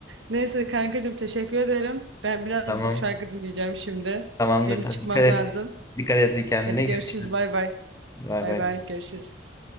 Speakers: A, on the right; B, on the left.
A: Neyse kankacığım teşekkür ederim. Ben biraz
B: Tamam.
A: gidip şarkı dinleyeceğim şimdi.
B: Tamamdır.
A: Benim
B: Hadi
A: çıkmam
B: Dikkat et.
A: lazım.
B: Dikkat et kendine.
A: Hadi görüşürüz
B: Görüşürüz.
A: bay bay.
B: Bay
A: Bay
B: bay.
A: bay görüşürüz.